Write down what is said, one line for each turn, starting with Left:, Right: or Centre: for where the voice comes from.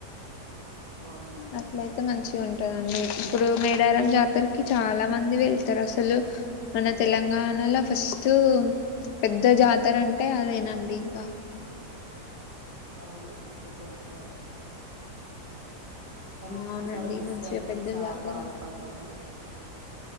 Right: బావుంటదండి.
Left: అట్లయితే మంచిగుంటదండి ఇపుడు ఇప్పుడు మేడారం జాతరకి చాలా మంది వెళ్తారు అసలు మన తెలంగాణలో ఫస్ట్ పెద్ద జాతర అంటే అదేనండి ఇంగ
Right: అవునండి పెద్ద యాత అదె కానీ
Left: అవునండి
Right: ఇ సార్ మిస్
Left: మంచిగా
Right: అయినాం
Left: పెద్ద
Right: చాలా
Left: జాతర
Right: బాధ పడ్డం అండి